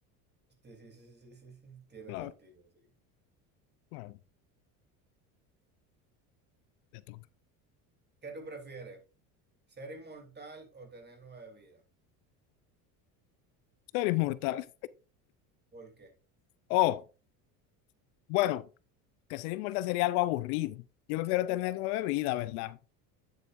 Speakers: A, on the right; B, on the left.
A: <laughs> Sí, sí, sí, sí, sí, sí, sí. Tiene
B: Claro,
A: sentido, sí.
B: claro, te toca.
A: ¿Qué tú prefieres? ¿Ser inmortal o tener nueve vidas?
B: Tú eres mortal.
A: ¿Por qué?
B: Oh. Bueno, que ser inmortal sería algo aburrido. Yo prefiero tener nueve vidas, ¿verdad?